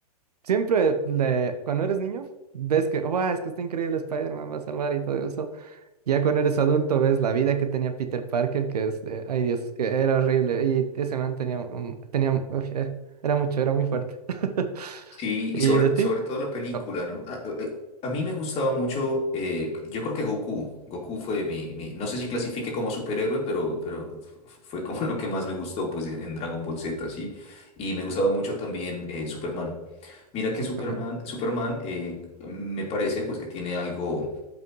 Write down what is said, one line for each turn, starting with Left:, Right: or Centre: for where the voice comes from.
Right: siempre le- cuando eres niño, ves que, wow, es que está increíble Spider-Man, va a salvar y todo eso. Ya cuando eres adulto ves la vida que tenía Peter Parker, que es de, ay Dios, es que era horrible. Y ese man tenía, un- tenía, uf, era era mucho, era muy fuerte. <laughs>
Left: Sí,
Right: ¿Y
Left: y sobre,
Right: de ti?
Left: sobre todo la película,
Right: Oh,
Left: ¿no? A, a- a mí me gustaba mucho, eh, yo creo que Goku, Goku fue mi, mi- no sé si clasifique como superhéroe, pero, pero f- fue como <laughs> lo que más me gustó, pues, en Dragon Ball Z, ¿sí? Y me gustaba mucho también eh, Superman. Mira
Right: Superman.
Left: que Superman, Superman eh, me parece, pues, que tiene algo